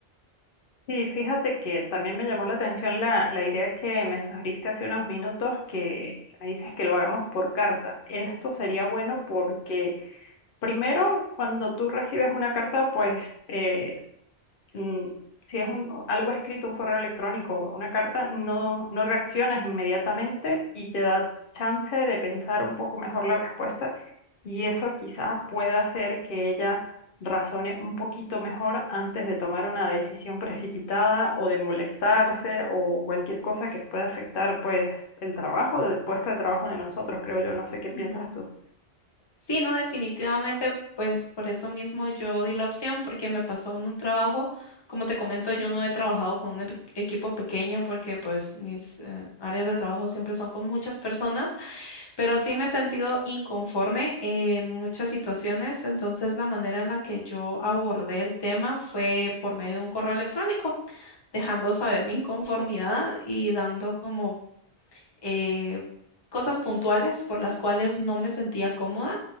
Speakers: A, on the left (about 60°); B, on the left (about 30°).
A: Sí, fíjate que también me llamó la atención la, la idea que me sugeriste hace unos minutos, que, que me dices que lo hagamos por carta. Esto sería bueno porque primero, cuando tú recibes una carta, pues eh, mm, si es un, algo escrito, un correo electrónico o una carta, no, no reaccionas inmediatamente y te da chance de pensar un poco mejor la respuesta y eso quizás pueda hacer que ella razone un poquito mejor antes de tomar una decisión precipitada o de molestarse o cualquier cosa que pueda afectar pues el trabajo, el puesto de trabajo de nosotros, creo yo, no sé qué piensas
B: Ujú.
A: tú.
B: Sí, no, definitivamente, pues por eso mismo yo di la opción, porque me pasó en un trabajo, como te comento, yo no he trabajado con un epi- equipo pequeño porque pues mis eh, áreas de trabajo siempre son con muchas personas, pero sí me he sentido inconforme en muchas situaciones, entonces la manera en la que yo abordé el tema fue por medio de un correo electrónico, dejando saber mi inconformidad y dando como eh, cosas puntuales por las cuales no me sentía cómoda,